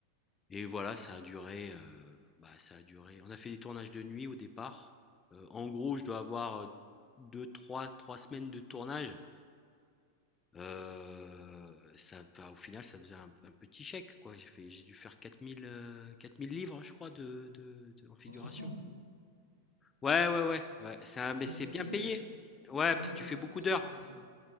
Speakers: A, on the left; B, on the right.
A: Et voilà, ça a duré, euh, bah, ça a duré. On a fait des tournages de nuit au départ. Euh, en gros, je dois avoir euh, deux, trois, trois semaines de tournage. Euh, ça, bah, au final, ça faisait un, un petit chèque, quoi. J'ai fait, j'ai dû faire quatre mille, euh, 4000 livres, je crois, de, de, de- en figuration.
B: En trois semaines?
A: Ouais, ouais, ouais, ouais, ça,
B: Ah, putain,
A: mais c'est
B: ça
A: bien
B: paye bien,
A: payé.
B: non?
A: Ouais,
B: Ah
A: parce
B: ouais,
A: que
B: je,
A: tu fais beaucoup
B: je pensais
A: d'heures.
B: pas du tout.